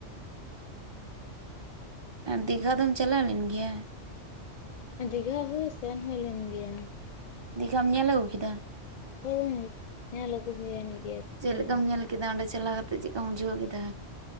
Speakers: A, on the right; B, on the left.
A: ᱟᱨ ᱫᱤᱜᱷᱟ ᱫᱚᱢ ᱪᱟᱞᱟᱣ ᱞᱮᱱ ᱜᱮᱭᱟ
B: ᱫᱤᱜᱷᱟ ᱦᱚᱭ ᱥᱮᱱ ᱦᱩᱭ ᱞᱮᱱ ᱜᱮᱭᱟ
A: ᱫᱤᱜᱷᱟᱢ ᱧᱮᱞ ᱟᱹᱜᱩ ᱠᱮᱫᱟ
B: ᱦᱳᱭ ᱦᱳᱭ ᱧᱮᱞ ᱟᱹᱜᱩ ᱦᱩᱭᱮᱱ ᱜᱮᱭᱟ ᱫᱤᱜᱷᱟ
A: ᱪᱮᱫ ᱞᱮᱠᱟᱢ
B: ᱦᱚᱸ
A: ᱧᱮᱞ ᱠᱮᱫᱟ ᱚᱸᱰᱮ ᱪᱟᱞᱟᱣ ᱠᱟᱛᱮᱜ, ᱪᱮᱫᱠᱟᱢ ᱵᱩᱡᱷᱟᱹᱣ ᱠᱮᱫᱟ?